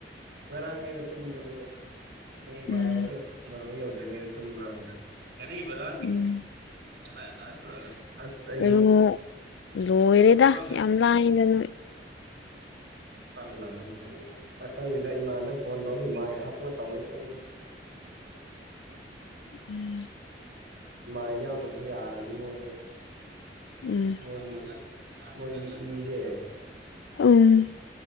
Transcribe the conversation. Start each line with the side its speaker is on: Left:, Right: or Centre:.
Right: ꯉꯔꯥꯡ ꯑꯩꯅ ꯇꯨꯝꯕꯗꯕꯨ ꯎ ꯕꯥꯔꯣ
Left: ꯎꯝ
Right: ꯕꯥꯔꯣ ꯌꯧꯗ꯭ꯔꯤꯉꯩꯗ ꯇꯨꯝꯕꯦ ꯀ ꯕꯔꯥ
Left: ꯎꯝ
Right: ꯅꯪꯉꯥꯏꯅꯥ ꯁꯨꯔꯂ ꯑꯁ ꯑꯩꯒꯤꯐꯄꯒꯦ
Left: ꯀꯩꯅꯣ ꯂꯣꯏꯔꯦꯗ ꯌꯥꯝ
Right: ꯍꯧ
Left: ꯂꯥꯏꯗ
Right: ꯀ ꯂꯩ
Left: ꯅꯣꯏ
Right: ꯄ ꯂꯥꯛꯅꯤ ꯑꯈꯪꯗꯦꯗ ꯏꯃꯥꯟꯗ ꯐꯣꯟ ꯇꯧꯅ ꯃꯥꯏ ꯍꯥꯞꯄꯒ ꯇꯧꯋꯦ ꯈꯪꯗꯦ
Left: ꯎꯝ
Right: ꯃꯥꯏ ꯌꯥꯎꯗ꯭ꯔꯁꯨ ꯌꯥꯔꯅꯤ ꯃꯣꯏꯁꯦ
Left: ꯎꯝ
Right: ꯃꯣꯏꯒꯤ ꯃꯣꯏꯒꯤ ꯏꯁꯦ
Left: ꯎꯝ